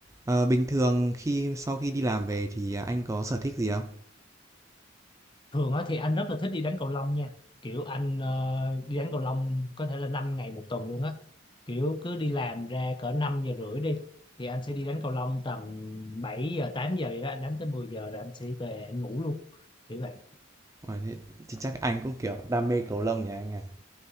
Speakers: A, on the right; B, on the left.
A: Ờ, bình thường khi sau khi đi làm về thì à, anh có sở thích gì không?
B: thường á thì anh rất là thích đi đánh cầu lông nha kiểu anh ờ, đi đánh cầu lông có thể là 5 ngày một tuần luôn á kiểu cứ đi làm ra cỡ 5 giờ rưỡi đi thì anh sẽ đi đánh cầu lông tầm 7 giờ 8 giờ vậy đó anh đánh tới 10 giờ rồi anh sẽ về anh ngủ luôn kiểu vậy
A: Ờ, thế thì chắc anh cũng kiểu đam mê cầu lông nhỉ anh à.